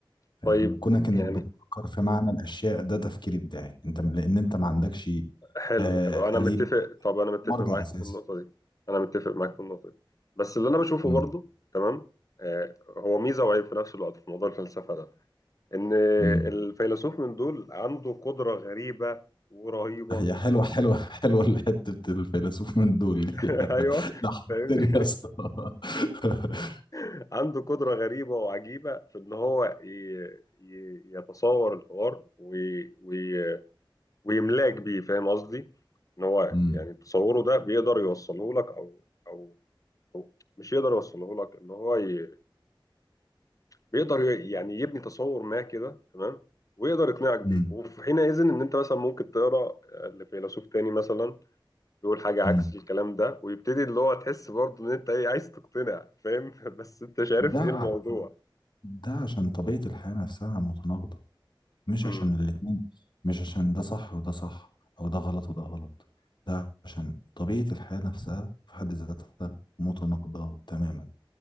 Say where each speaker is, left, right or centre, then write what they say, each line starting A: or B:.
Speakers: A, on the left; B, on the left.
A: فاهم
B: طيب
A: كونك إنك
B: يعني
A: بتفكر في معنى الأشياء ده تفكير إبداعي أنت م- لأن أنت ما عندكش
B: حلو
A: آه
B: حلو انا
A: آلية
B: متفق طب انا متفق
A: مرجع
B: معاك
A: أساسي
B: في النقطه دي انا متفق معاك في النقطه دي بس اللي انا بشوفه
A: امم
B: برضو تمام آه هو ميزه وعيب في نفس الوقت في موضوع الفلسفه ده ان
A: امم
B: الفيلسوف من دول عنده قدره غريبه ورهيبه
A: هي حلوة حلوة حلوة حتة الفيلسوف من دول
B: <laughs>
A: <laughs> دي
B: ايوه
A: ضحكتني
B: فاهمني
A: يا اسطى <laughs>
B: <laughs> عنده قدره غريبه وعجيبه في ان هو ي... ي... يتصور الحوار وي... وي... ويملاك بيه فاهم قصدي ان هو
A: امم
B: يعني تصوره ده بيقدر يوصله لك او او هو مش يقدر يوصله لك ان هو ي... بيقدر ي... يعني يبني تصور ما كده تمام ويقدر يقنعك بيه
A: امم
B: وفي حينئذ ان انت مثلا ممكن تقرا آه، لفيلسوف تاني مثلا يقول حاجه عكس
A: امم
B: الكلام ده ويبتدي اللي هو تحس برضه ان انت ايه عايز تقتنع فاهم <laughs> بس انت مش عارف
A: ده
B: ايه الموضوع
A: ده عشان طبيعة الحياة نفسها متناقضة مش
B: امم
A: عشان الاتنين مش عشان ده صح وده صح أو ده غلط وده غلط ده عشان طبيعة الحياة نفسها في حد ذاتها متناقضة تماما